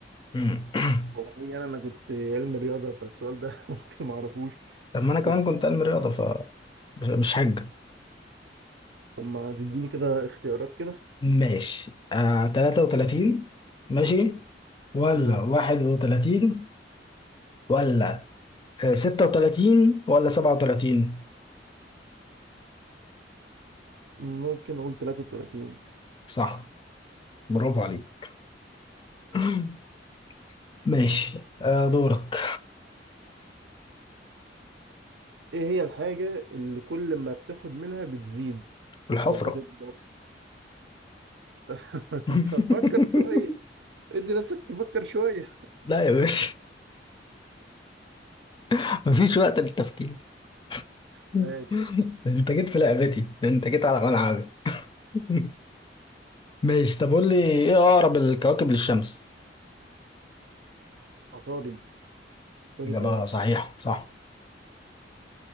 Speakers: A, on the left; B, on the right.
A: مم. <clears throat>
B: والله انا انا كنت علم رياضه فالسؤال ده <laughs> ممكن ما اعرفوش
A: طب ما انا كمان
B: بس
A: كنت
B: ممكن
A: علم رياضة ف مش مش حاجة
B: طب ما تديني كده اختيارات كده
A: ماشي آه 33 ماشي ولا
B: مم.
A: 31 ولا آه، 36 ولا 37
B: ممكن اقول 33
A: صح برافو عليك <laughs> ماشي آه، دورك
B: ايه هي الحاجه اللي كل ما بتاخد منها بتزيد
A: الحفرة
B: او بتكبر <laughs> انت
A: <laughs>
B: تفكر شويه ادي نفسك تفكر شويه
A: لا يا باشا <laughs> مفيش وقت للتفكير <laughs>
B: ماشي
A: انت جيت في لعبتي انت جيت على ملعبي <laughs> ماشي طب قول لي ايه اقرب الكواكب للشمس
B: عطارد عطارد
A: اجابة
B: آه.
A: صحيحة صح